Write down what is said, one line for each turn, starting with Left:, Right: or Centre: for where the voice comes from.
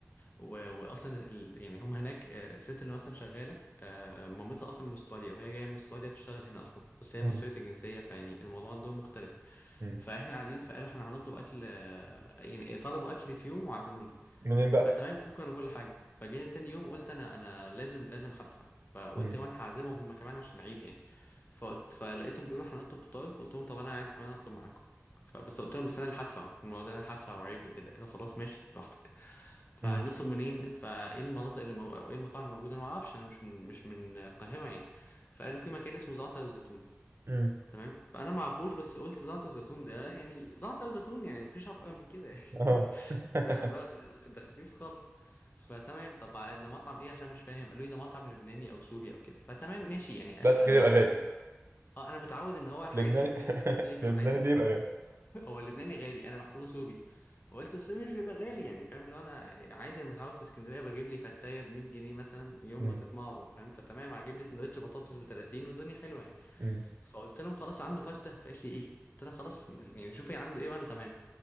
Left: و... واصلا ال... يعني هم هناك آه الست اللي مثلا شغاله آه مامتها اصلا من استراليا وهي جايه من استراليا تشتغل هنا اصلا بس هي
Right: مم.
Left: مصريه الجنسيه فيعني الموضوع عندهم مختلف
Right: مم.
Left: فاحنا قاعدين فقالوا احنا هنطلب اكل آه يعني طلبوا اكل في يوم وعزموني
Right: منين بقى
Left: فتمام شكرا وكل حاجه فجينا تاني يوم قلت انا انا لازم لازم هدفع فقلت
Right: مم.
Left: كمان هعزمهم هم كمان عشان عيب يعني فقلت فلقيتهم بيقولوا هنطلب فطاير فقلت لهم طب انا عايز كمان اطلب معاكم فبس قلت لهم بس انا اللي هدفع الموضوع ده انا اللي هدفع وعيب وكده قالوا خلاص ماشي براحتك فهنطلب
Right: مم.
Left: منين فايه المناطق اللي مو... او ايه المطاعم الموجوده انا ما اعرفش انا مش من مش من القاهره يعني فقالوا في مكان اسمه زعتر وزيتون
Right: مم.
Left: تمام فانا ما اعرفوش بس قلت زعتر زيتون ده يعني زعتر زيتون يعني مفيش افقر من كده <laughs>
Right: اه
Left: يعني
Right: <laughs>
Left: فاهم اللي هو ده خفيف خالص فتمام طب ع- ده مطعم ايه عشان مش فاهم قالوا لي ده مطعم لبناني او سوري او كده فتمام ماشي يعني انا
Right: بس كده يبقى
Left: متعود
Right: غالي
Left: اه انا متعود ان هو الحاجات
Right: لبناني
Left: دي مش
Right: <laughs>
Left: بتبقى غاليه في
Right: لبناني
Left: العادي
Right: دي يبقى غالي
Left: <laughs> هو اللبناني غالي انا بحسبه سوري فقلت السوري مش بيبقى غالي يعني فاهم اللي هو انا عادي انا متعود في اسكندريه بجيب لي فتايه ب 100 جنيه مثلا يوم
Right: مم.
Left: ما تتمعظم فاهم فتمام هجيب لي سندوتش بطاطس ب 30 والدنيا حلوه يعني
Right: مم.
Left: فقلت لهم خلاص عنده فتة فقالت لي ايه قلت لها خلاص مش- يعني شوفي عنده ايه وانا تمام